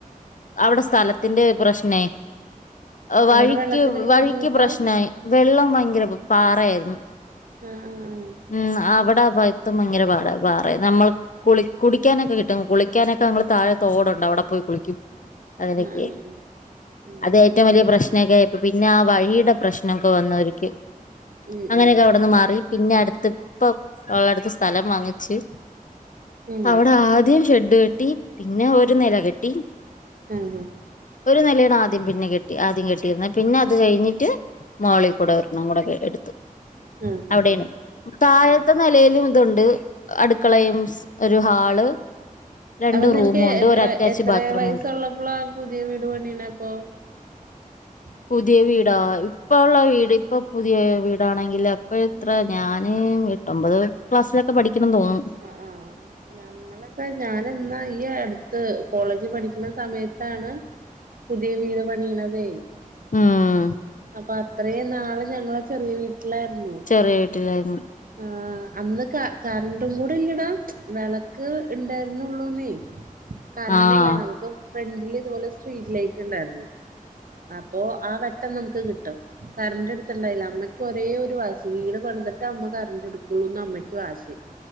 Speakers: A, on the left (about 65°); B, on the right (about 75°).
A: അവിട സ്ഥലത്തിന്റെ പ്രശ് പിന്നെ വഴിക്ക്
B: അവിടെ വെള്ളത്തിനൊക്കെ
A: വഴിക്ക്
B: ബുദ്ധിമുട്ടാ
A: പ്രശ്നായ് വെള്ളം ഭയങ്കര പാറായ്ര്ന്നു
B: ആഹ് ആഹ് ആഹ്
A: ഉം അവ്ടെ ഭയ്ത്തം ഭയങ്കര പാട പാറെ നമ്മള് കുളി കുടിക്കാനൊക്കെ കിട്ടും കുളിക്കാനൊക്കെ നമ്മള് താഴെ തോടാെണ്ട് അവ്ടെ പോയി കുളിക്കും അങ്ങനെക്കെ
B: ആഹ് ആഹ് ആഹ് ഉം
A: അതെ റ്റവും വല്യ പ്രശ്നെക്കെയായപ്പോ പിന്നെ ആഹ് വഴിയ്ടെ പ്രശ്നൊക്കെ വന്ന് ഒര് ക്കെ
B: ഉം
A: അങ്ങനെയൊക്കെ
B: ഉം
A: അവ്ട്ന്ന് മാറി പിന്നെ അട്ത്ത് പ്പം ഓഹ് അട്ത്ത് സ്ഥലം വാങ്ങിച്ച്
B: ഉം
A: അവടെ ആദ്യം ഷെഡ്ഡ് കെട്ടി പിന്നെ ഒര് നെല കെട്ടി
B: ആഹ് ആഹ്
A: ഒരു നെലെയാണ് ആദ്യം പിന്നെ കെട്ടി ആദ്യം കെട്ടിയിര്ന്നെ പിന്നെ അത് കഴിഞ്ഞിട്ട് മോളി കൂടെ ഒരെണ്ണം കൂടെ എട് ത്തു
B: ആഹ്
A: അവിടേണ്
B: ആഹ്
A: താഴത്തെ
B: ഉം
A: നെലയിലും തുണ്ട് അട്ക്കളയും സ് ഒരു ഹാള് രണ്ട്
B: അപ്പൊ നിൻക്ക്
A: റൂമുണ്ട്
B: എത്ര
A: ഒരു അറ്റാച്ച്
B: എത്രേ
A: ബാത്റൂമുണ്ട്
B: വയസ്സുള്ളപ്പളാ പുതിയ വീട് പണിയ്ണെ അപ്പോ <inaudible>
A: പുതിയ വീടാേ ഇപ്പ ഉള്ള വീട് ഇപ്പൊ പുതിയ വീടാണെങ്കിൽ അപ്പ എത്ര ഞാന് ഒമ്പത് ക്ലാസ്സിലൊക്കെ പഠിക്ക്ണെന്ന് തോന്നുന്ന്
B: ആം ഞങ്ങളൊക്കെ ഞാന് ന്നായ് ഈ അട്ത്ത് കോളേജ് പഠിക്ക്ണ സമയത്താണ് പുതിയ വീട് പണിയ്ണതേ
A: ആഹ്
B: അപ്പൊ അത്രേയും നാള് ഞങ്ങള് ചെറിയ വീട്ടിലായ്ര്ന്നു
A: ചെറിയ വീട്ടിലായ്ര്ന്ന്
B: ആഹ് അന്ന് ക കറണ്ടും കൂടെ ഇല്ലെടാ വെളക്ക് ണ്ടായ്ര്ന്നാെള്ളൂന്നേ കറണ്ട്ല്ലാ
A: ആഹ്
B: നമുക്ക് ഫ്രണ്ടില് ഇത്പോലെ സ്ട്രീറ്റ് ലൈറ്റ്ണ്ടായ്ര്ന്നു അപ്പൊ ആ വെട്ടം നമ്ക്ക് കിട്ടും കറെണ്ടെട്ത്ത്ണ്ടായില്ല അമ്മയ്ക്ക് ഒരേ ഒരു വാസി വീട് പണിത്ട്ട് അമ്മ കരെണ്ടെട്ക്കുള്ളൂന്ന് അമ്മയ്ക്ക് വാശി